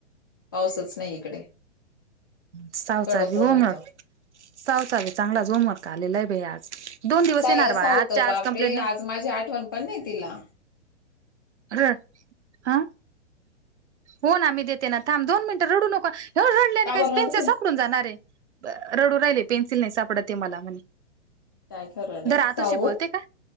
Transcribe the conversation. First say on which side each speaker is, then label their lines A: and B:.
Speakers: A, on the left (about 20°); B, on the right (about 70°).
A: पाऊसच नाही इकडे
B: सावचावी
A: कडक
B: होमवर्क
A: ऊन होतं
B: सावचावी चांगलाच होमवर्क आलेला आहे भई आज दोन दिवस
A: साय
B: येणार
A: असा
B: बाबा
A: होत
B: आजच्या
A: बापरे
B: आज कमंप्लेट नाही
A: आज माझी आठवण पण नाही तिला
B: रड ह हो ना आ मीही देते ना थांब दोन मिनिटं रडू नको हो रडले आणि
A: का
B: काही
A: बर
B: पेन्सिल
A: रडते
B: सापडून जाणारे रडू राहिले पेन्सिल नाही सापडतते मला म्हणे
A: काय खरं नाही
B: दर आतुशी
A: साऊ
B: बोलते का